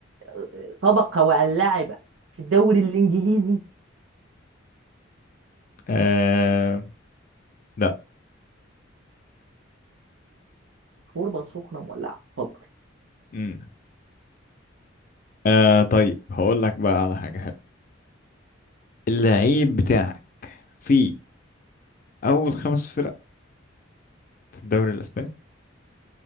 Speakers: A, on the right; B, on the left.
A: آه، سبق وان لعب في الدوري الانجليزي
B: آه... لا
A: شوربه سخنه مولعه اتفضل
B: مم. آه طيب هقول لك بقى على حاجة حلوة اللعيب بتاعك في أول خمس فرق في الدوري الأسباني